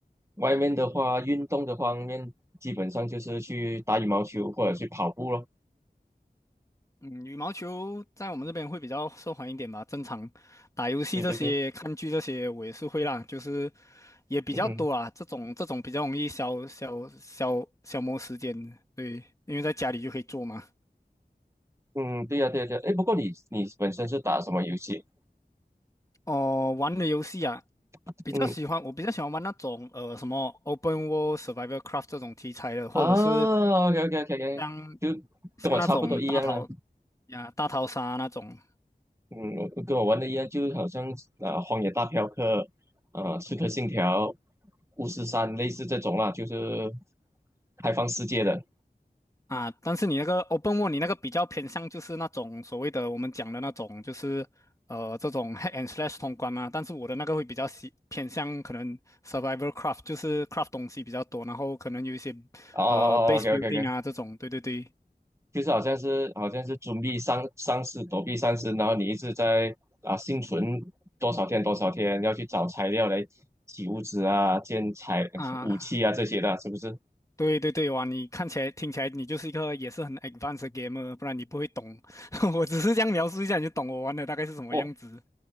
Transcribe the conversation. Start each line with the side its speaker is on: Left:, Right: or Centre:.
Right: 外面的话，运动的方面，基本上就是去打羽毛球或者去跑步咯。
Left: 嗯，羽毛球在我们这边会比较受欢迎一点吧。正常打游戏这些、
Right: 对对对，
Left: 看剧这些，我也是会啦，就是也比较多啊。
Right: 嗯哼
Left: 这种这种比较容易消消消消磨时间，对，因为在家里就可以做嘛。
Right: 嗯，对呀、对呀、对呀、哎，不过你你本身是打什么游戏？
Left: 哦，玩的游戏啊，
Right: 嗯
Left: 比较喜欢，我比较喜欢玩那种呃什么 Open World Survival Craft 这种题材的，或者是
Right: 啊，OK OK OK OK，
Left: 像
Right: 就跟我差不多一样了。
Left: 像那种大逃呀、大逃杀那种。
Right: 嗯，跟我玩的一样，就是好像啊，《荒野大镖客》啊，《刺客信条》《巫师三》类似这种啦，就是开放世界的。
Left: 啊，但是你那个 open world，你那个比较偏向就是那种所谓的我们讲的那种，就是呃这种 hack and slash 通关嘛。但是我的那个会比较喜偏向可能 survival craft，就是 craft 东西比较多，然后可能有一些
Right: 哦哦哦，OK
Left: 呃 base building
Right: OK OK，
Left: 啊这种。对对对，
Right: 就是好像是好像是准备丧丧尸躲避丧尸，然后你一直在啊幸存多少天多少天，要去找材料来起物资啊、建材武器啊这些的，
Left: 啊，
Right: 是不是？
Left: 对对对，哇，你看起来听起来你就是一个也是很 advanced 的 gamer，不然你不会懂。<laughs> 我只是这样描述一下，你就懂我玩的大概是什么样子。
Right: 哦。